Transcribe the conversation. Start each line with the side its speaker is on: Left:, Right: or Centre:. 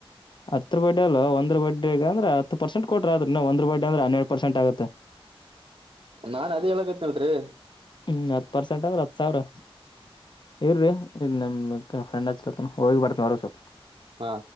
Left: ಹತ್ರ ಬಡ್ಡ ಅಲ್ ಒಂದ್ರ ಬಡ್ಡಿ ಅಂದ್ರೆ ಹತ್ತು ಪರ್ಸೆಂಟ್ ಕೊಟ್ರ ಆದ್ರ ನ ಒಂದ್ ಬಡ್ಡಿ ಅ್ರ ಹನ್ನೆರಡು ಪರ್ಸೆಂಟ್ ಆಗುತ್ತೆ
Right: ನಾನ್ ಅದೇ ಹೇಳಕತ್ನಳ್ರಿ.
Left: ಹ್ಮ ಹತ್ತ ಪರ್ಸೆಂಟ್ ಅಂದ್ರ ಹತ್ ಸಾವರ. ಇರ್ರೀ ನಮ ಇ ಫ್ರೆಂಡ್ ಹಚ್ಚರತ್ನ ಹೋಗಿ ಬರ್ತನ ಹೋರ ಸ್ವಪ್
Right: ಹಾ